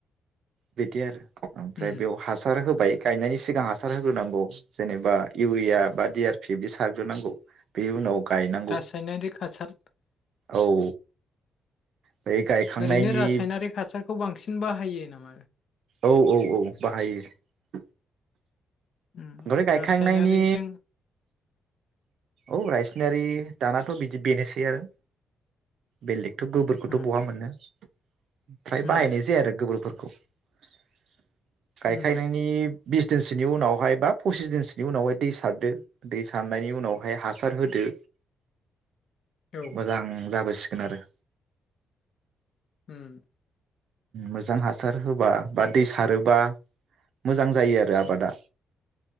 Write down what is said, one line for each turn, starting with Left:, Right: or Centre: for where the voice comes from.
Right: बेदि आरो ओमफ्राय
Left: उम
Right: बेयाव हासार होबाय गायनायनि सिगां हास रोनांगौ जेनेबा इउरिया बा डि आर पिदि सारग्रोनांगौ बेनि उनाव गायनांगौ
Left: रासायनारिक हासार
Right: औ बे गायखांनायनि
Left: ओरैनो रासायनारि हासार खौ बांसिन बाहायो नामा?
Right: औ औ औ बाहायो।
Left: उम
Right: दय गायखांनायनि
Left: रासायनारिकजों
Right: औ रायसनारि दानाथ' बिदि बेनोसै आरो बेलेग थ' गोबोरखौथ'
Left: उम
Right: बहा मोनो। ओमफ्राय
Left: उम
Right: बाहायनाय जायो आरो गोबोरफोरखौ <unintelligible> गाय
Left: उम
Right: खायनायनायनि बिस दिनसोनि उनावहाय बा पसिस दिनसोनि उनावहाय दै सारदो दै सारनायनि उनाव बेहाय हासार होदो।
Left: औ
Right: मोजां जाबाय सिगोन आरो
Left: उम
Right: मोजां हासार होबा बा दै सारोबा मोजां जायो आरो आबादा।